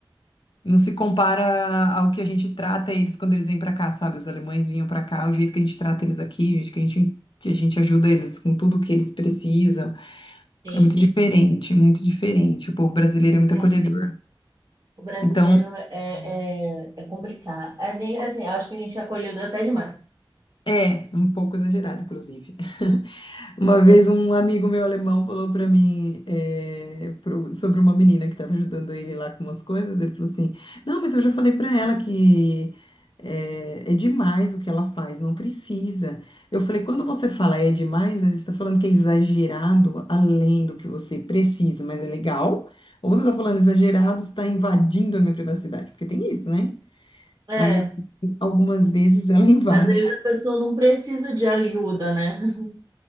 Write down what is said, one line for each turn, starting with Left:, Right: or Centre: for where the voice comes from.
Left: não se compara ao que a gente trata eles quando eles vêm pra cá, sabe? Os alemães vinham pra cá, o jeito que a gente trata eles aqui, o jeito que a gente. Que a gente ajuda eles com tudo que eles precisam.
Right: sim.
Left: É muito diferente, muito diferente. O povo brasileiro é muito
Right: É,
Left: acolhedor.
Right: O brasileiro
Left: Então,
Right: é, é, é complicado. A gente, assim, acho que a gente é acolhido até demais.
Left: É, um pouco exagerado, inclusive. <laughs> Uma
Right: né?
Left: vez um amigo meu alemão falou para mim é, pro- sobre uma menina que estava ajudando ele lá com umas coisas. Ele falou assim: Não, mas eu já falei para ela que é, é demais o que ela faz, não precisa. Eu falei: Quando você fala é demais, você está falando que é exagerado além do que você precisa, mas é legal. Ou você está falando exagerado, está invadindo a minha privacidade, porque tem isso, né?
Right: é,
Left: Aí ele, algumas vezes ela <laughs> invade.
Right: às vezes a pessoa não precisa de ajuda, né? <laughs>